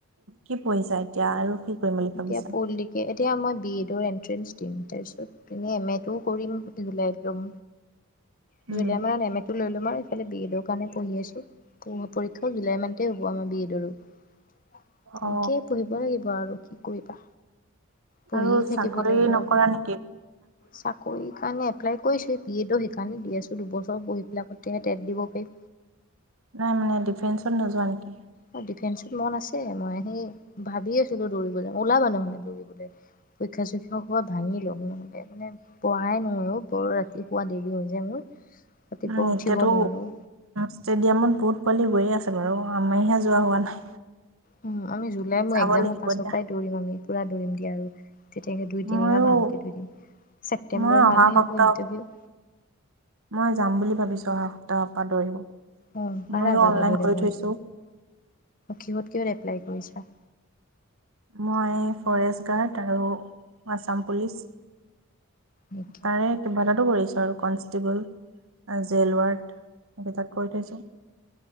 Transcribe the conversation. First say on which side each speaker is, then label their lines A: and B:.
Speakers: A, on the right; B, on the left.
A: কি পঢ়িছা এতিয়া আৰু কি কৰিম বুলি
B: এতিয়া
A: ভাবিছা
B: পুলটিকেল এতিয়া মই বি এডৰ এন্ট্ৰেন্ঞ্চ দিম, তাৰপিছত ইনে এম এটোও কৰিম <unintelligible> লাই ল'ম। <unintelligible>
A: উম,
B: <unintelligible> কাৰণে পঢ়ি আছো, প পৰীক্ষাও জুলাই মানতে হ'ব <unintelligible> তেনেকেই
A: অ
B: পঢ়িবই লাগিব আৰু। কি কৰিবা। পঢ়িয়ে
A: আৰু
B: থাকিব
A: চাকৰি
B: লাগিব
A: নকৰা
B: আৰু
A: নেকি
B: চাকৰি কাৰণে এপ্লাই কৰিছোঁ বি এডো শেষ মানে <unintelligible> আছোঁ, দুবছৰ পঢ়ি পেলাই তেতিয়াহে টেট দিব পাৰিম
A: নাই, মানে ডিফেন্সত নোযো ৱা নেকি?
B: অ ডিফেন্সত মন আছে। মই সেই ভাবিয়েই আছিলোঁ দৌৰিবলৈ, ওলাবা নহ'লে দৌৰিবলৈ! পৰীক্ষা চৰীক্ষা খোপা ভাঙি লওঁক নহ'লে মানে পঢ়াই নহয় অ', বৰ ৰাতি শুৱা দেৰি হৈ যে মোৰ। ৰাতিপুৱা
A: উম,
B: উঠিব
A: এতিয়াতো
B: নোৱাৰোঁ
A: ষ্টেডিয়ামত বহুত পোৱালি গয়েই আছে বাৰু। আমাইহে যোৱা হোৱা নাই।
B: উম, আমি জুলাই
A: চাব
B: মোৰ একজামৰ
A: লাগিব
B: পাছৰ
A: দিয়া।
B: পৰাই দৌৰিম আমি, পুৰা দৌৰিমগে আৰু। তেতিয়াকে দুই-তিনিমাহ
A: ময়ো
B: ভালকে দৌৰি দিম। ছেপ্তেম্বৰ
A: মই অহা
B: মানহে
A: সপ্তাহ
B: হ'ব ইণ্টাৰভিউ।
A: মই যাম বুলি ভাবিছোঁ, অহা সপ্তাহৰ পৰা দৌৰিব।
B: আহ প
A: ময়ো
B: যাবলৈ
A: অনলাইন কৰি
B: দেখোন
A: থৈছো।
B: কিিহত কিহত এপ্লাই কৰিছা?
A: মই ফৰেষ্ট গাৰ্ড আৰু আছাম পুলিচ।
B: নেকি
A: তাৰে কিবা এটাতো কৰিছো আৰু, কনষ্টেবল জেলৱাৰ্ড সেকেইটাক কৈ থৈছোঁ।